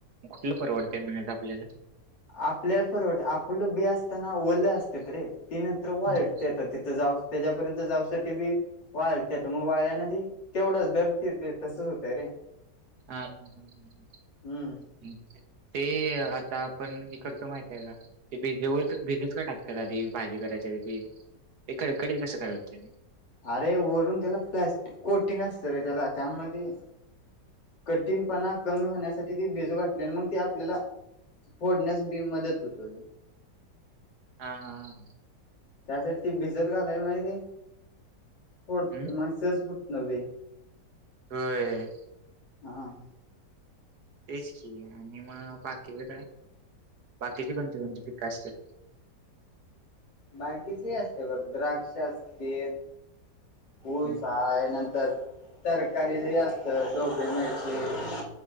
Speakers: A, on the right; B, on the left.
A: कुठलं परवड <unintelligible> आपल्याला
B: अ आपल्या परवडत् आपलं बी असताना ओलं असतेत रे ती नंतर वाळतेत
A: हम्म.
B: तिथं जाऊ त्याच्यापर्यंत जाउस्तर ते बी वाळत्यात मग वाळल्या ना ती तेवढंच धरतेत ते तसच होतंय रे.
A: हा हम् हम हम्.
B: हम्म
A: ते आता आपण हे करतो माहित आहे का? ते भिज होत भिजत का टाकतात आधी भाजी करायच्या आधी ते कडकडीत कसं करते.
B: अरे वरून त्याला प्लॅस्ट कोटिंग असतं रे त्याला त्यामध्ये कठीणपणा कमी होण्यासाठी ती भिजू घातल्या न मग ती आपल्याला फोडण्यास बी मदत होत होती.
A: हा हा.
B: त्यासाठी ती भिजत घालाय माहिते थोड
A: हम्म
B: म सहज फुटणं वे.
A: होय!
B: हां.
A: तेच की आणि मग बाकी बरंय बाकीचे कोणती कोणती पिकं असतात?
B: बाकीचे असते बघ द्राक्ष असते ऊस
A: हम्म.
B: आहे नंतर तरकारी हे असतं ढोबळी मिरची.